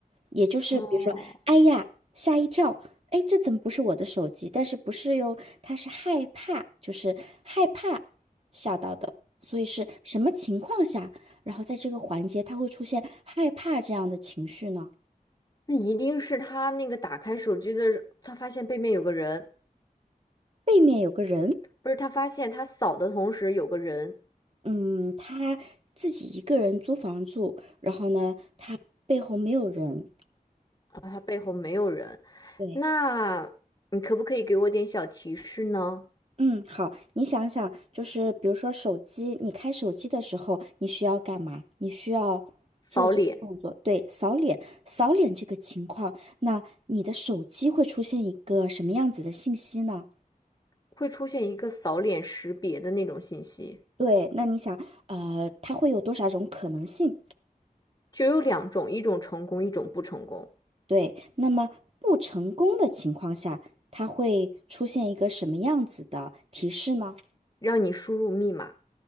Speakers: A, on the right; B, on the left.
A: 也就是比如说，
B: 哦，
A: 哎呀，吓一跳，哎，这怎么不是我的手机？但是不是哟，他是害怕，就是害怕吓到的，所以是什么情况下，然后在这个环节他会出现害怕这样的情绪呢？
B: 那一定是他那个打开手机的，他发现背面有个人。
A: 背面有个人，
B: 不是他发现他扫的同时有个人
A: 嗯，他自己一个人租房住，然后呢，他背后没有人，
B: 啊，他背后没有人，
A: 对。
B: 那你可不可以给我点小提示呢？
A: 嗯，好，你想想，就是比如说手机，你开手机的时候，你需要干嘛？你需要做这个动作，
B: 扫脸
A: 对，扫脸，扫脸这个情况，那你的手机会出现一个什么样子的信息呢？
B: 会出现一个扫脸识别的那种信息，
A: 对，那你想，呃，它会有多少种可能性？
B: 就有两种，一种成功，一种不成功，
A: 对，那么不成功的情况下，它会出现一个什么样子的提示呢？
B: 让你输入密码，